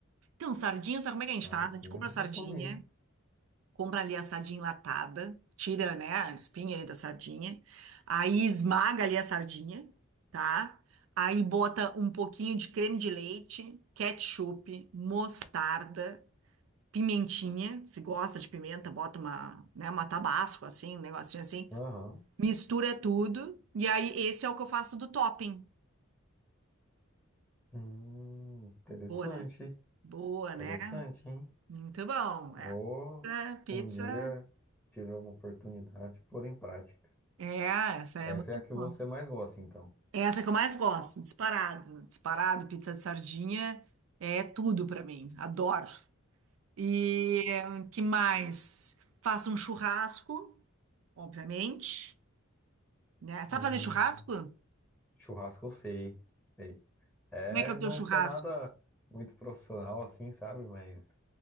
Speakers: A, on the right; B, in the centre.
A: Então, sardinha, sabe como é que a gente
B: Sardinha
A: faz? A gente compra
B: eu nunca
A: sardinha.
B: comi.
A: compra ali a sardinha enlatada, tira, né, a espinha ali da sardinha, aí esmaga ali a sardinha, tá? Aí bota um pouquinho de creme de leite, ketchup, mostarda, pimentinha, se gosta de pimenta, bota uma, né, uma tabasco assim, um negocinho assim,
B: Aham.
A: mistura tudo, e aí esse é o que eu faço do topping.
B: Hum, interessante,
A: Boa, né? Boa,
B: interessante,
A: né?
B: hein?
A: Muito bom,
B: Ou
A: é. Pizza, pizza,
B: um dia tiver uma oportunidade, pôr em prática.
A: é, essa é
B: Essa
A: muito
B: é a que
A: boa.
B: você mais gosta, então.
A: É essa que eu mais gosto, disparado. Disparado, pizza de sardinha é tudo pra mim, adoro. E eh, que mais? Faço um churrasco, obviamente, né? Sabe
B: Hum,
A: fazer churrasco?
B: churrasco eu sei, sei. É,
A: Como é que é o
B: não
A: teu churrasco?
B: sou nada muito profissional assim, sabe? Mas